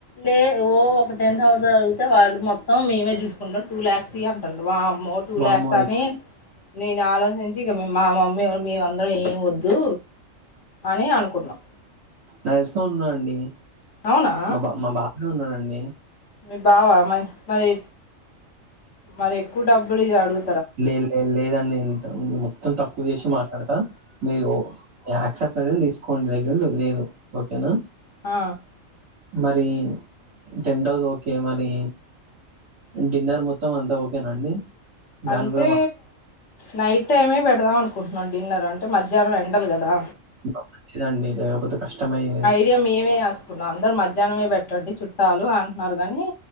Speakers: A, on the left; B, on the right.
A: లేవు ఒక టెన్ థౌర్షండ్ అడిగితే వాళ్ళు మొత్తం మేమే చూసుకుంటాం టు లాక్స్ ఈ అంటారు వామ్మో టు
B: వాము
A: లాక్స్ అని నేను ఆలోచించి ఇక మా మమ్మీ ఎవరు మేమందరం ఏ వద్దు అని అనుకున్నాం
B: తెలిసినోళ్లు ఉన్నారండి
A: అవునా
B: మా బా బావ ఉన్నారండి
A: మీ బావ మరి మరి మరి ఎక్కువ డబ్బులు ఈ అడుగు
B: లేదు లే లేదండి ఇంతకుముందు మొత్తం తక్కువ చేసి మాట్లాడతా మీరు యాక్సెప్ట్ నే తీసుకోండి లేకపోతే లేదు ఓకేనా
A: ఆ
B: మరి టెంట్ హౌస్ ఓకే మరి డిన్నర్ మొత్తం అంతా ఓకేనా అండి దాన్ని
A: అంటే
B: కూడా
A: నైట్ టైమే పెడదాం అనుకుంటున్నాం డిన్నర్ అంటే మధ్యాహ్నం ఎండాలు కదా
B: అబ్ మంచిదే అండి లేకపోతే కష్టమయ్యే
A: అంటే మేమే ఆస్కున్నాం అందరు మధ్యాహ్నమే పెట్టండి చుట్టాలు అంటున్నారు కానీ